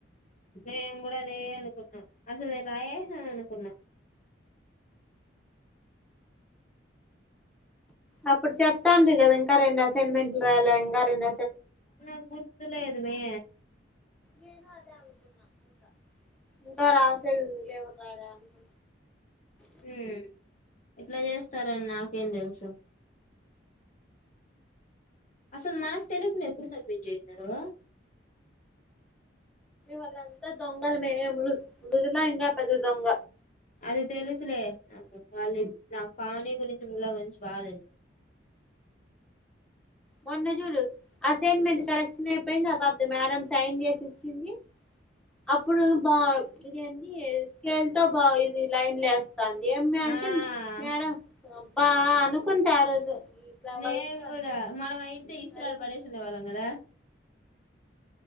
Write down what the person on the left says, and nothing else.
నేను కూడా అదే అనుకున్నా అసలు నేను రాయేసినా అనుకున్నా
నాకు గుర్తులేదు మే
ఊ ఇట్లా చేస్తారని నాకేం తెలుసు అసలు మనకు తెలియకుండా ఎప్పుడు సబ్మిట్ చేశినారు
అది తెలుసులే నాకు వాళ్ళు నాకు పావనీ గురించి మృదుల గురించి బాగా తెలుసు
ఆ
నేను
కూడా మనం అయితే ఇసిరి
అడ పడేసే ఉండేవాళ్ళం కదా <inaudible>